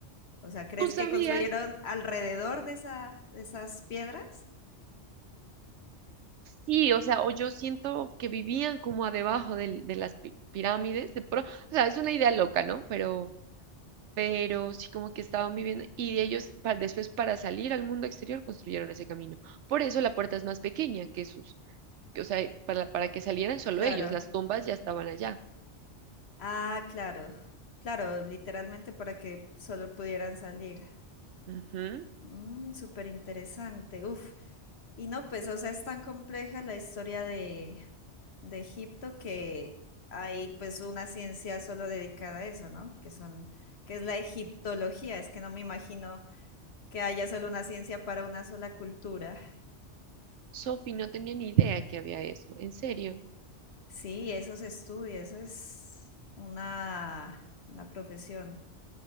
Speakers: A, on the left; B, on the right.
A: O sea, ¿crees
B: ¿Tú sabías?
A: que construyeron alrededor de esa, de esas piedras?
B: Sí, o sea, o yo siento que vivían como a debajo del- de las pi- pirámides, de pro- o sea, es una idea loca, ¿no? Pero, pero sí como que estaban viviendo y de ellos pa- después para salir al mundo exterior construyeron ese camino. Por eso la puerta es más pequeña que sus o sea, para, para que salieran solo
A: Claro.
B: ellos, las tumbas ya estaban allá.
A: Ah, claro. Claro, literalmente para que solo pudieran salir.
B: Ujú.
A: Mm, súper interesante. Uf. Y no, pues, o sea, es tan compleja la historia de, de Egipto que hay pues una ciencia solo dedicada a eso, ¿no? Que son, que es la egiptología. Es que no me imagino que haya solo una ciencia para una sola cultura.
B: Sophie no tenía ni idea que había eso, en serio.
A: Sí, eso se estudia, eso es una, una profesión.